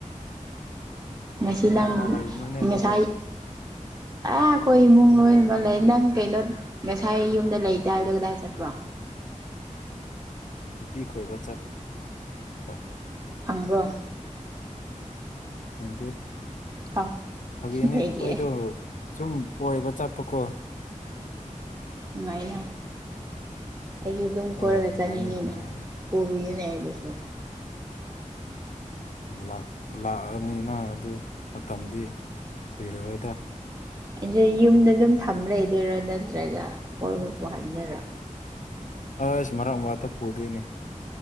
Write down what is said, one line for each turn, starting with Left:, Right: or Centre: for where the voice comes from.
Right: ꯃꯁꯤ
Left: ꯀꯅꯥ
Right: ꯅꯪ
Left: ꯀꯅꯥ ꯂꯩꯕꯅꯣꯅꯦ ꯅꯣꯏꯗꯣ
Right: ꯉꯁꯥꯏ ꯑꯥ ꯑꯩꯈꯣꯏ ꯏꯃꯨꯡ ꯂꯣꯏꯃ ꯂꯩ ꯅꯪ ꯀꯩꯅꯣ ꯉꯁꯥꯏ ꯌꯨꯝꯗ ꯂꯩꯇꯦ ꯍꯥꯏꯕꯗꯣ ꯀꯗꯥꯏ ꯆꯠꯄ꯭ꯔꯣ
Left: ꯅꯨꯄꯤ ꯀꯣꯏꯕ ꯆꯠꯄ
Right: ꯐꯪꯕ꯭ꯔꯣ
Left: ꯐꯪꯗꯦ
Right: ꯐꯪ
Left: ꯐꯥꯒꯤꯅꯦ
Right: ꯀꯩꯒꯤ
Left: ꯑꯩꯈꯣꯏꯗꯣ ꯁꯨꯝ ꯀꯣꯏꯕ ꯆꯠꯄꯀꯣ
Right: ꯑꯗꯨꯃꯥꯏꯅ ꯑꯩꯁꯨ ꯑꯗꯨꯝ ꯀꯣꯏꯔꯒ
Left: ꯑꯣ ꯅꯨꯡꯉꯥꯏ
Right: ꯆꯠꯅꯤꯡ
Left: ꯌꯥꯝ
Right: ꯉꯦꯅꯦ
Left: ꯅꯨꯡꯉꯥꯏꯌꯦ
Right: ꯄꯨꯕꯤꯌꯨꯅꯦ ꯑꯩꯕꯨꯁꯨ
Left: ꯂꯥꯛ ꯂꯥꯛꯑꯅꯤꯅ ꯑꯗꯨ ꯃꯇꯝꯗꯤ ꯀꯨꯏꯔꯔꯣꯏꯗ
Right: ꯑꯩꯗꯤ ꯌꯨꯝꯗ ꯑꯗꯨꯝ ꯊꯝ ꯂꯩꯗꯣꯏꯔꯣ ꯅꯠꯇ꯭ꯔꯒ ꯀꯣꯏꯕ ꯄꯨꯍꯟꯗꯣꯏꯔꯣ
Left: ꯑꯁ ꯃꯔꯛ ꯃꯔꯛꯇ ꯄꯨꯗꯣꯏꯅꯤ